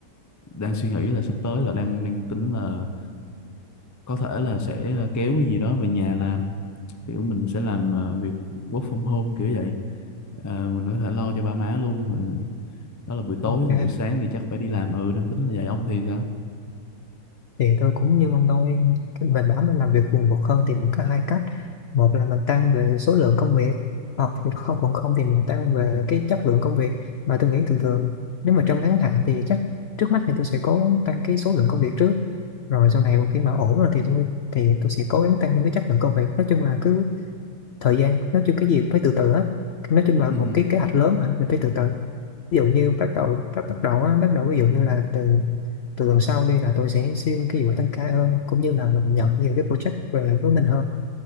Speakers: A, on the left; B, on the left.
A: đang suy nghĩ là sắp tới là đang đang tính là có thể là sẽ ờ, kéo cái gì đó về nhà làm kiểu mình sẽ làm ờ, việc work from home kiểu vậy Ờ, mình có thể lo cho ba má luôn rồi đó là buổi tối
B: ok
A: còn buổi sáng thì chắc phải đi làm ừ đang tính là vậy ông thì sao
B: thì tôi cũng như ông thôi mình bảo mình làm việc quần quật hơn thì mình có hai cách một là mình tăng về số lượng công việc hoặc thì không còn không thì mình tăng về cái chất lượng công việc mà tôi nghĩ thường thường nếu mà trong ngắn hạn thì chắc trước mắt thì tôi sẽ cố gắng tăng cái số lượng công việc trước rồi sau này một khi mà ổn rồi thì tôi thì tôi sẽ cố gắng tăng những cái chất lượng công việc nói chung là cứ thời gian nói chung cái gì cũng phải từ từ hết nói chung là
A: ừ
B: một cái kế hoạch lớn mà mình phải từ từ ví dụ như bắt đầu bắt bắt đầu á bắt đầu ví dụ như là từ từ tuần sau đi là tôi sẽ xin cái vụ tăng ca hơn cũng như là mình nhận nhiều cái project về lại với mình hơn